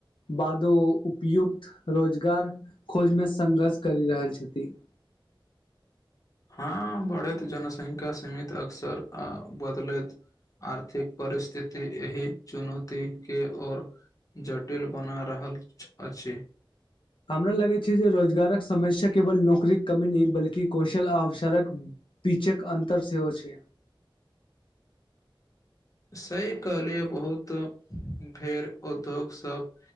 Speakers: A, on the left; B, on the left.
A: बादो उपयुक्त रोजगार खोजमे संघर्ष करि रहल छथि <inaudible>
B: हँ बढ़ैत जनसंख्या सीमित अक्सर आ बदलैत आर्थिक परिस्थिति एहि चुनौती के और जटिल बना रहल अछि
A: हमरा लगै छै जे रोजगारक समस्या केवल नौकरीक कमी नहि बल्कि कौशल आ अवसारक पीचक अंतर सेहो छै
B: सही कहलि बहुत भेड़ उद्योग सब